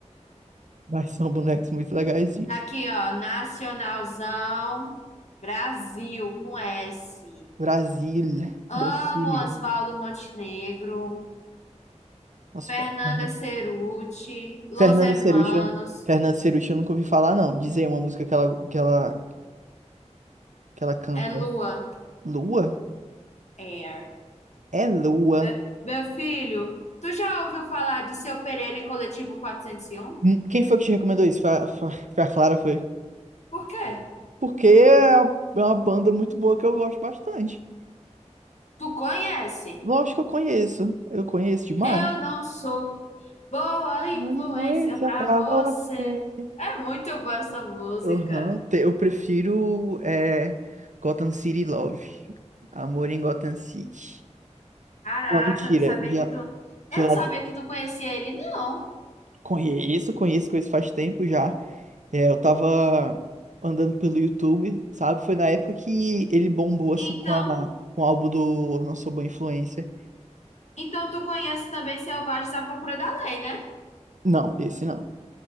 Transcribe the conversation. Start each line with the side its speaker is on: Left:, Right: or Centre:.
Right: Mas são bonecos muito legaisinhos.
Left: Tá Aqui, ó, Nacionalzão Brasil, com S.
Right: Brasília.
Left: Amo
Right: Brasília.
Left: Oswaldo Montenegro,
Right: Nossa,
Left: Fernanda
Right: foda. Uhum.
Left: Cerutti, Los
Right: Fernanda
Left: Hermanos,
Right: Cerucha. Fernanda Cerucha eu nunca ouvi falar, não. Diz aí uma música que ela, que ela, que ela canta.
Left: é Lua
Right: Lua?
Left: Air.
Right: É Lua.
Left: Be- meu filho, tu já ouviu falar de Seu Pereira e Coletivo quatrocentos e um?
Right: Hum, Quem foi que te recomendou isso? Foi, a- foi foi a Clara, foi?
Left: Por quê?
Right: Porque é uma banda muito boa que eu gosto bastante.
Left: Tu conhece?
Right: Lógico que eu conheço, eu conheço demais.
Left: Eu não sou boa influência
Right: Uma influência
Left: pra
Right: pra
Left: você.
Right: você.
Left: É muito boa essa música.
Right: Aham, te- eu prefiro é, Gotham City Love. Amor em Gotham City.
Left: Caraca,
Right: Não, mentira.
Left: eu não sabia
Right: Já,
Left: que tu. Eu
Right: já
Left: não sabia que tu conhecia ele, não.
Right: conheço, conheço, conheço faz tempo já. É, eu tava andando pelo YouTube, sabe? Foi na época que ele bombou assim
Left: Então,
Right: com a, com o álbum do Eu Não Sou Boa Influência.
Left: então tu conhece também Selvagens à Procura da Lei, né?
Right: Não, esse não.